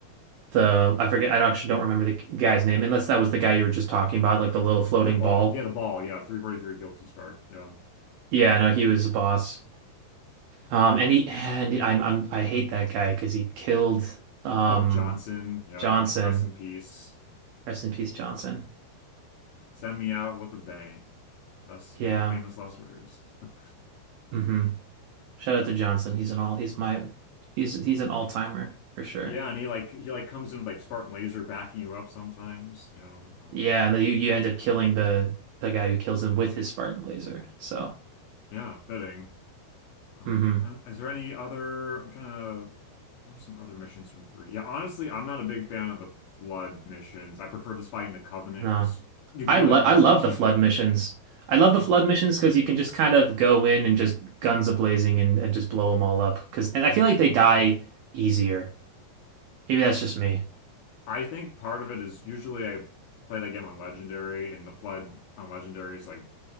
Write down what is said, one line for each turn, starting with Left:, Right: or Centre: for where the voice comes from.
Right: the I forget I actually don't remember the guy's name unless that was the guy you were just talking about like the little floating
Left: The ball.
Right: ball.
Left: Yeah, the ball. Yeah, 343 Guilty Spark. Yeah.
Right: Yeah, no, he was a boss. Um and he and I'm I'm I hate that guy because he killed um
Left: Oh, Johnson. Yeah,
Right: Johnson.
Left: rest in peace.
Right: Rest in peace, Johnson.
Left: Send me out with a bang. Best
Right: Yeah.
Left: fam famous last words. <laughs>
Right: hmm Shout out to Johnson. He's an all he's my he's he's an all-timer for sure.
Left: Yeah, and he like he like comes in with like Spartan laser backing you up sometimes. Yeah, um,
Right: Yeah, and then you you end up killing the the guy who kills him with his Spartan laser. So,
Left: yeah, fitting. Um,
Right: mhm.
Left: uh, is there any other? I'm trying to. What are some other missions from three? Yeah, honestly, I'm not a big fan of the flood missions. I prefer just fighting the Covenant
Right: No.
Left: because you can
Right: I
Left: be
Right: love
Left: like more
Right: I love
Left: strategic.
Right: the flood missions. I love the flood missions because you can just kind of go in and just guns a blazing and, and just blow them all up. Because and I feel like they die easier. Maybe that's just me.
Left: I think part of it is usually I play that game on Legendary, and the Flood on Legendary is like